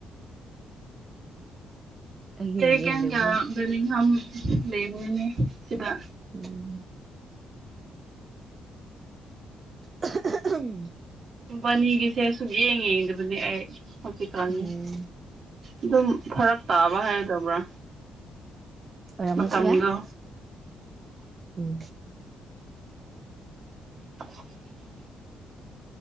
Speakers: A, on the right; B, on the right.
A: ꯑꯩꯒꯤꯅ
B: ꯐꯔꯦ
A: ꯌꯦꯡꯗꯕꯅꯤꯅ
B: ꯀ ꯀ ꯕꯔꯃꯤꯍ ꯂꯩꯦꯕꯅꯦ ꯁꯤꯗ
A: ꯎꯝ ꯎꯝ
B: ꯀꯝꯄꯅꯤꯒꯤꯁꯦ ꯁꯨꯛ ꯌꯦꯡꯉꯦ ꯑꯗꯨꯕꯨꯅꯦ ꯑꯩ ꯍꯧꯖꯤꯛꯀꯥꯟꯅꯤ
A: ꯎꯝ
B: ꯑꯗꯨꯝ ꯐꯔꯛ ꯇꯥꯕ ꯍꯥꯏꯗꯕ꯭ꯔꯥ
A: ꯔꯃꯆꯌꯥ
B: ꯃꯇꯝꯗꯣ
A: ꯎꯝ
B: <inaudible>